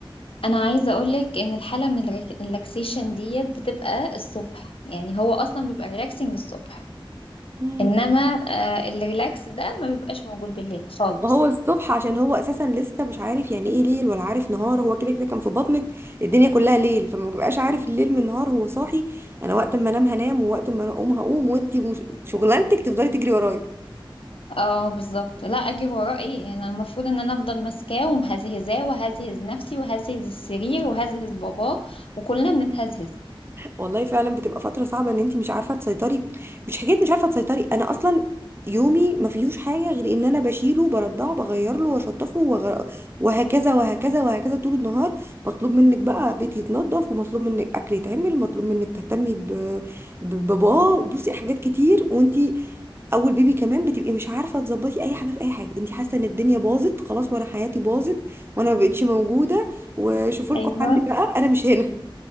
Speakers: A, on the left; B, on the right.
A: انا عايزة اقولك ان الحالة من الريك- الريلاكسيشن ديت بتبقى الصبح يعني هو اصلا بيبقى ريلاكسنج الصبح
B: امم
A: انما آه، الريلاكس ده ما بيبقاش موجود بالليل خالص
B: وهو الصبح عشان هو اساسا لسه مش عارف يعني ايه ليل ولا عارف نهار هو كده كده كان في بطنك الدنيا كلها ليل فما بيبقاش عارف الليل من النهار هو صاحي انا وقت ما انام هنام ووقت ما اقوم هقوم وانتي مش... شغلانتك تفضلي تجري ورايا
A: اه بالظبط لا اجري وراه ايه يعني أنا المفروض ان انا افضل ماسكاه ومهزهزاه وهزهز نفسي وهزهز السرير وهزهز باباه وكلنا بنتهزهز
B: والله فعلا بتبقى فترة صعبة ان انت مش عارفة تسيطري مش حكاية مش عارفة تسيطري انا اصلا يومي ما فيهوش حاجة غير ان انا بشيله برضعه بغير له واشطفه وغ... وهكذا وهكذا وهكذا طول النهار مطلوب منك بقى بيت يتنضف ومطلوب منك اكل يتعمل مطلوب منك تهتمي ب... بباباه وبصي حاجات كتير وانت اول بيبي كمان بتبقي مش عارفة تظبطي اي حاجة في اي حاجة انت حاسة ان الدنيا باظت خلاص وانا حياتي باظت وانا ما بقتش موجودة وشوفوا
A: ايوه
B: لكم حل بقى انا مش هنا